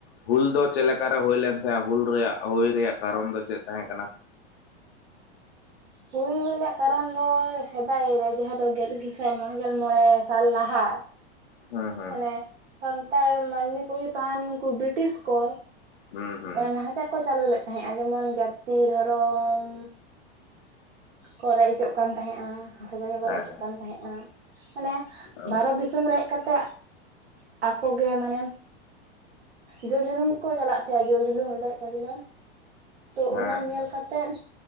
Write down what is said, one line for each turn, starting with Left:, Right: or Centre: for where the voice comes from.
Left: ᱦᱩᱞ ᱫᱚ ᱪᱮᱫ ᱞᱮᱠᱟᱨᱮ ᱦᱩᱭ ᱞᱮᱱ ᱛᱟᱦᱮᱸᱼᱟ, ᱦᱩᱞ ᱨᱮᱭᱟᱜ ᱦᱩᱭ ᱨᱮᱭᱟᱜ ᱠᱟᱨᱚᱱ ᱫᱚ ᱪᱮᱫ ᱛᱟᱦᱮᱸ ᱠᱟᱱᱟ?
Right: ᱦᱩᱭ ᱨᱮᱱᱟᱜ ᱠᱟᱨᱚᱱ ᱫᱚᱻᱭ ᱥᱮᱫᱟᱭ ᱨᱮ ᱡᱟᱦᱟᱸᱭ ᱫᱚ ᱜᱮᱞ ᱤᱨᱟᱹᱞ ᱥᱟᱭ ᱢᱚᱬᱮ ᱜᱮᱞ ᱢᱚᱬᱮ ᱥᱟᱞ ᱞᱟᱦᱟ,
Left: ᱦᱩᱸ ᱦᱩᱸ
Right: ᱢᱟᱱᱮ ᱥᱟᱱᱛᱟᱲ ᱢᱟᱹᱱᱢᱤ ᱠᱚ ᱤᱭᱟᱹ ᱛᱟᱦᱮᱸᱱ ᱩᱱᱠᱩ ᱵᱤᱨᱤᱴᱤᱥ ᱠᱚ,
Left: ᱦᱩᱸ ᱦᱩᱸ
Right: ᱟᱸ ᱱᱟᱦᱟᱪᱟᱨ ᱠᱚ ᱪᱟᱹᱞᱩ ᱞᱮᱜ ᱛᱟᱦᱮᱸᱜᱼᱟ, ᱡᱮᱢᱚᱱ ᱡᱟᱹᱛᱤ ᱫᱷᱚᱨᱚᱻᱢ, ᱠᱚ ᱨᱮᱡ ᱦᱚᱪᱚᱜ ᱠᱟᱱ ᱛᱟᱦᱮᱸᱜᱼᱟ, ᱦᱟᱸᱥᱟ ᱡᱟᱭᱜᱟ ᱠᱚ
Left: ᱦᱮᱸ
Right: ᱨᱮᱡ ᱦᱚᱪᱚᱜ
Left: ᱦᱮᱸ
Right: ᱠᱟᱱ ᱛᱟᱦᱮᱸᱜᱼᱟ, ᱢᱟᱱᱮ
Left: ᱚ
Right: ᱵᱷᱟᱨᱚᱛ ᱫᱤᱥ ᱚᱢ ᱨᱮ ᱦᱮᱡ ᱠᱟᱛᱮᱼᱟᱜ, ᱟᱠᱚ ᱜᱮ ᱢᱟᱱᱮᱢ ᱡᱳᱨ ᱡᱩᱱᱩᱢ ᱠᱚ ᱪᱟᱞᱟᱜ ᱪᱟᱭ ᱡᱚᱭ ᱡᱩᱞᱩᱱ ᱨᱚᱰᱚᱡ ᱠᱚᱪᱞᱳᱱ, ᱛᱚ
Left: ᱦᱮᱸ
Right: ᱚᱱᱟ
Left: ᱦᱮᱸ
Right: ᱧᱮᱞ ᱠᱟ ᱛᱮᱫ